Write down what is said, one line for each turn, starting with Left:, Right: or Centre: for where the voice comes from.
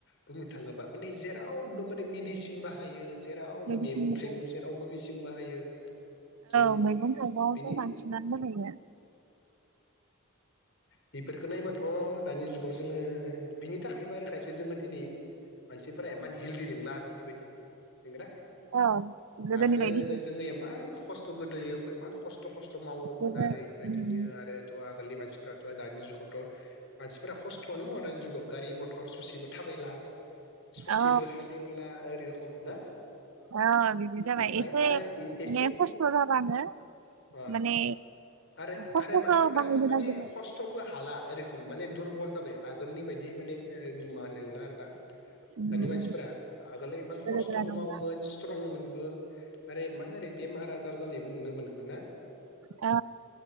Left: बुंनो थाङोबा माने जेराव रावबो माने मेडिसिन बाहायो। जेरावबो
Right: बायदिसिना
Left: मैगं
Right: बाहायो।
Left: थाइगं जेरावबो मेसिं बाहायो जों
Right: औ मैगं थाइगंआवथ'
Left: बिनि
Right: बांसिनानो बाहायो
Left: बेफोरखौ नायबाथ' दानि जुगाव जोङो बिनि थाखायबो आरो खायसे जोङो दिनै मानसिफोरा मान हेल्डि दंला आगोलनि बायदि नोंगोना
Right: औ गोदोनि
Left: आगोलो
Right: बायदि
Left: जोङो इमान खस्थ' गोदोयो इ खस्थ' खस्थ' थ' मावोमोन
Right: जेबो
Left: आरो इफोरबायदिनो
Right: उम,
Left: आरोथ' आगोलनि मानसिफ्रा द दानि जुगावथ' मानसिफोरा खस्थ'आनो मावो दानि जुगाव गारि मथर ससेबो थाबायला। जेबो
Right: औ
Left: हालेवला ओरैखम ना
Right: औ बिदि
Left: ओमफफ्राय
Right: जाबाय एसे
Left: आरो एसे
Right: माने खस्थ' जाबानो
Left: अ
Right: माने
Left: आरो
Right: खस्थ'खौ
Left: आरो मानसिफोराबो
Right: बाहायनो
Left: माने
Right: नागिरनांगौ
Left: खस्थ'बो हाला ओरै माने दुरबल जाबाय आगोलनि बायदि माने मा होन नोंला आरोना
Right: गोनो
Left: दानि मानसिफोरा आगोल इमान खस्थ'बो
Right: गोरा नंला
Left: मावोमोन स्ट्रंमोनबो आरो इमान आरो बेमार आजार जानाय नुनो मोनामोन ना।
Right: अ।